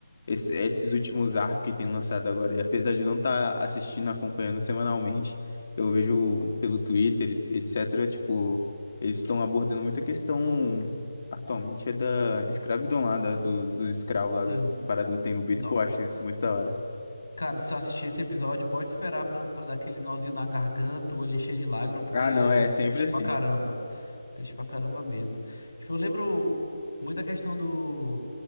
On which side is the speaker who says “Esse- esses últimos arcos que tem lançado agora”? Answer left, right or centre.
Left